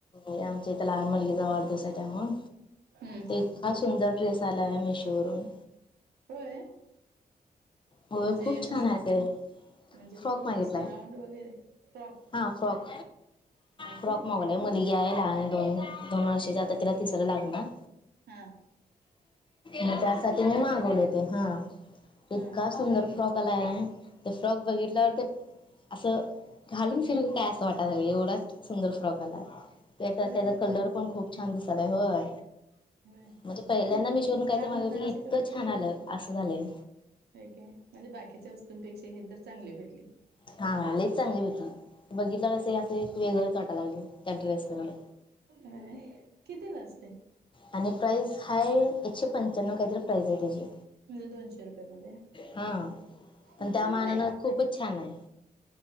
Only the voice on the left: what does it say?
एक लहान मुलगीचा वाढदिवस, आहे त्यामुळ
इतका सुंदर ड्रेस आलाय मीशो वरून.
होय
खूप
छान आहे ते
फ्रॉक
मागितलाय
हा फ्रॉक
फ्रॉक
<unintelligible> मागलाय नाही <unintelligible> आहे लहान दोन-दोन वर्षाची आता तिला तिसरं लागनार.
म त्यासाठी मी
मागवले ते हा! इतका
सुंदर. फ्रॉक आला आहे, ते फ्रॉक बघितल्यावर ते असं घालून फिरूत होत्या अस वाटाय लागलंय एवढाच सुंदर फ्रॉक आलाय, त्याचा
त्याला कलर पण खूप छान दिसालाय होय.
म्हणजे पहिल्यांदा मिशो वरन काय
तरी मागवलं
ते इतकं छान आलं असं झालंय.
हां लईच चांगली भेटली बघितल्यावर
अस असे एक वेगळच वाटाय लागलय त्या ड्रेस. <unintelligible>
आणि प्राइज हाये एकशे पंच्याण्णव काहीतरी प्राईज आहे त्याची.
हा पण
त्या
मानानं
खूपच छान आहे.